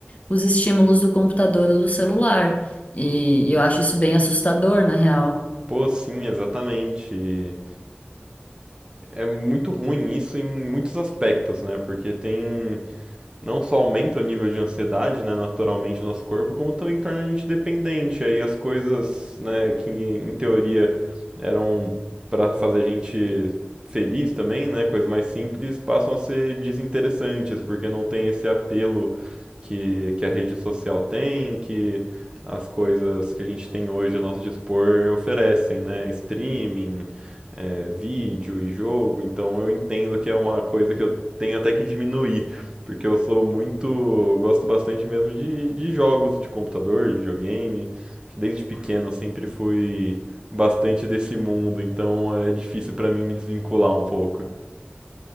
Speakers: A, on the left; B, on the right.
A: os estímulos do computador ou do celular. E eu acho isso bem assustador, na real.
B: Pô, sim, exatamente. É muito ruim isso em muitos aspectos, né? Porque tem não só aumenta o nível de ansiedade, né, naturalmente no nosso corpo, como também torna a gente dependente. Aí as coisas, né, que em teoria eram para fazer a gente feliz também, né, coisas mais simples, passam a ser desinteressantes, porque não tem esse apelo que, que a rede social tem, que as coisas que a gente tem hoje a nosso dispor oferecem, né, streaming, é, vídeo e jogo, então eu entendo que é uma coisa que eu tenho até que diminuir, porque eu sou muito, gosto bastante mesmo de, de jogos de computador, de videogame. Desde pequeno eu sempre fui bastante desse mundo, então é difícil pra mim me desvincular um pouco.